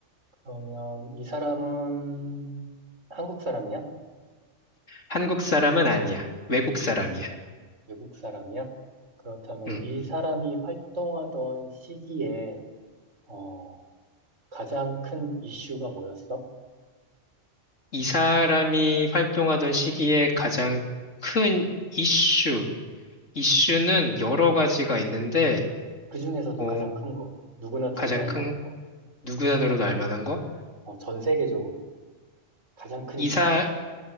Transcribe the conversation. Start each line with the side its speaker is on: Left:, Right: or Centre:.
Right: 그러면 이 사람은 한국 사람이야?
Left: 한국 사람은 아니야. 외국 사람이야.
Right: 외국 사람이야? 그렇다면
Left: 음.
Right: 이 사람이 활동하던 시기에, 어, 가장 큰 이슈가 뭐였어?
Left: 이 사람이 활동하던 시기에 가장 큰 이슈, 이슈는 여러 가지가 있는데,
Right: 그 중에서도
Left: 어,
Right: 가장 큰 거. 누구나 들어도
Left: 가장
Right: 알
Left: 큰
Right: 만한 거.
Left: 누구 단어로도 알 만한 거?
Right: 어, 전 세계적으로 가장 큰
Left: 이사,
Right: 이슈.